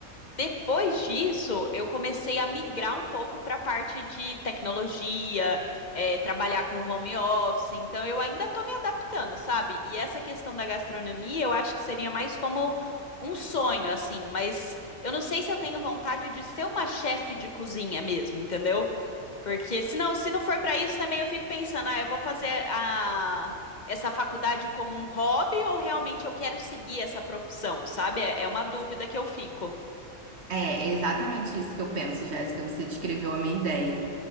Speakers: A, on the left; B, on the right.
A: Depois disso, eu comecei a migrar um pouco para a parte de tecnologia, é, trabalhar com home office, então eu ainda estou me adaptando, sabe? E essa questão da gastronomia, eu acho que seria mais como um sonho, assim, mas eu não sei se eu tenho vontade de ser uma chefe de cozinha mesmo, entendeu? Porque se não, se não for para isso, também eu fico pensando, ah, eu vou fazer a essa faculdade como um hobby ou realmente eu quero seguir essa profissão, sabe? É é uma dúvida que eu fico.
B: É, é exatamente isso que eu penso, Jéssica. Você descreveu a minha ideia.